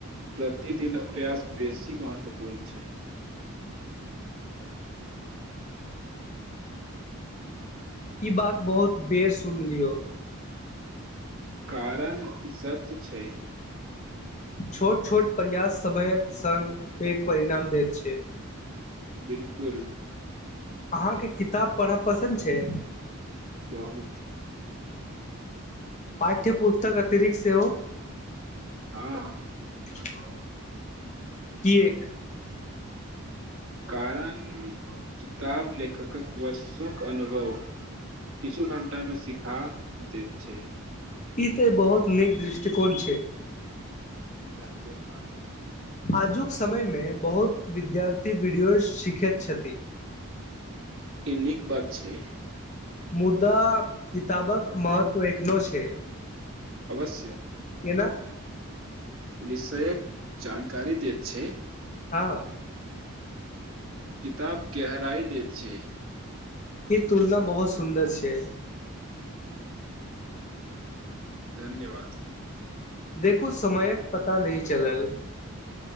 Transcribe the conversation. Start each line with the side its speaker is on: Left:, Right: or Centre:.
Right: प्रतिदनक प्रयास बेसी महत्वपूर्ण छै
Left: ई बात बहुत बेर सुनलियौ
Right: कारण इ सत्य छै
Left: छोट छोट प्रयास समयक संग पैग परिणाम दैत छै
Right: बिलकुल
Left: अहाँके किताब पढ़ब पसन्द छै
Right: बहुत
Left: पाठ्यपुस्तक अतिरिक्त सेहो
Right: हँ
Left: <inaudible> किएक
Right: कारण किताब लेखकक वर्षोक अनुभव किछु घंटामे सिखा दैत छै
Left: ई तऽ बहुत नीक दृष्टिकोण छै
Right: <unintelligible>
Left: आजुक समयमे बहुत विद्यार्थी वीडियो सीखैत छथि
Right: ई नीक बात छै
Left: मुद्दा किताबक महत्व एखनो छै
Right: अवश्य
Left: केना
Right: विषयक जानकारी देैत छै
Left: हँ
Right: किताब गहराई दैत छै
Left: ई तुलना बहुत सुन्दर छै
Right: धन्यवाद
Left: देखू समयक पता नहि चलल